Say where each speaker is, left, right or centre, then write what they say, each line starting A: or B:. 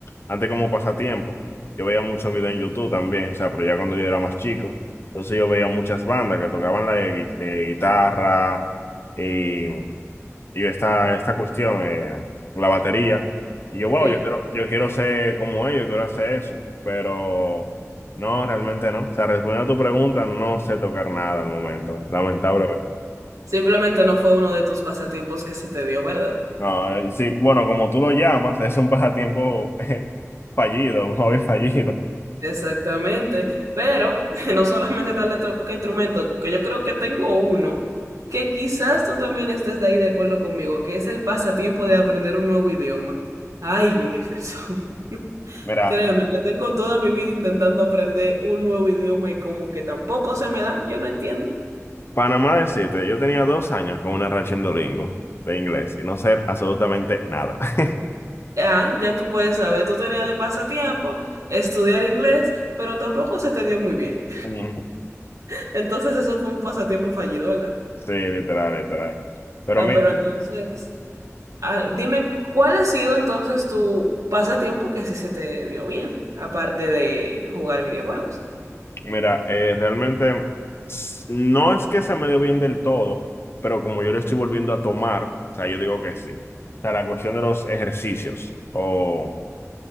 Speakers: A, on the left; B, on the right.
A: antes como pasatiempo, yo veía muchos videos en YouTube también, o sea, pero ya cuando yo era más chico, entonces yo veía muchas bandas que tocaban la eh, gui- eh, guitarra, eh, y esta, esta cuestión, eh, la batería. Y yo, wow,
B: Sí.
A: yo quiero, yo quiero ser como ellos, quiero hacer eso, pero no, realmente no. O sea, respondiendo a tu pregunta, no sé tocar nada al momento, lamentablemente.
B: Simplemente no fue uno de tus pasatiempos que se te dio, ¿verdad?
A: No, eh, sí, bueno, como tú lo llamas, es un pasatiempo eh, <laughs> fallido, un hobby fallido.
B: Exactamente, pero <laughs> no solamente tal le toca instrumento, que yo creo que tengo uno que quizás tú también estés de ahí de acuerdo conmigo, que es el pasatiempo de aprender un nuevo idioma. Ay, Jefferson, <laughs>
A: Mira,
B: créeme que tengo toda mi vida intentando aprender un nuevo idioma y como que tampoco se me da, yo no entiendo.
A: Panamá decirte, yo tenía dos años con una racha en Duolingo de inglés y no ser absolutamente nada. <laughs>
B: Ah, ya tú puedes saber, tú tenías de pasatiempo estudiar inglés, pero tampoco se te dio muy bien.
A: Ujú.
B: <laughs> Entonces eso fue un pasatiempo fallido, ¿verdad?
A: Sí, literal, literal. Pero
B: Ah, pero entonces... Ah, dime, ¿cuál ha sido entonces tu pasatiempo que sí se te dio bien, aparte de jugar videojuegos?
A: Mira, eh, realmente s- no es que se me dé bien del todo, pero como yo lo estoy volviendo a tomar, o sea, yo digo que sí. O sea, la cuestión de los ejercicios, o